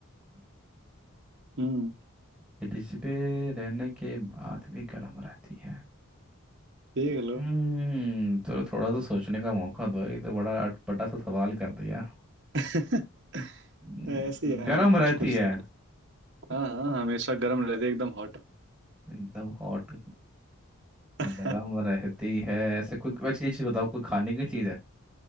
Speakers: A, on the right; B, in the centre.
A: हम्म
B: ब्रिज पे रहने के बाद भी गर्म रहती है
A: देख
B: हम्म
A: लो
B: चलो थोड़ा तो सोचने का मौका दो ये तो बड़ा अटपटा सा सवाल कर दिया
A: <laughs>
B: हम्म,
A: ऐसे ही आएंगे
B: गर्म
A: कुछ
B: रहती
A: कुछ सवाल
B: है
A: हाँ हाँ हमेशा गर्म रहते एकदम हॉट
B: एकदम हॉट
A: <laughs>
B: गर्म रहती है ऐसे कोई वैसे ये चीज बताओ कोई खाने की चीज है